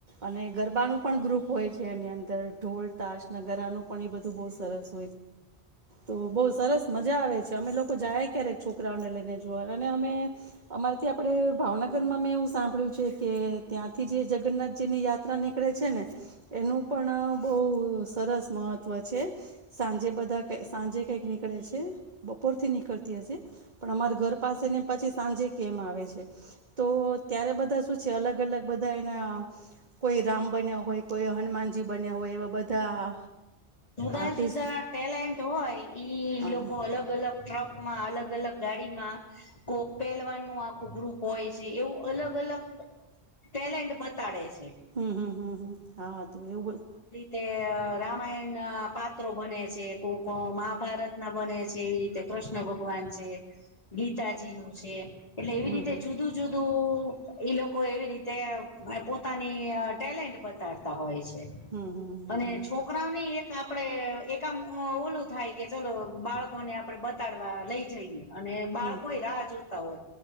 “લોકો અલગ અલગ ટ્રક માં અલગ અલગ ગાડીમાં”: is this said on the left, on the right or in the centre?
Left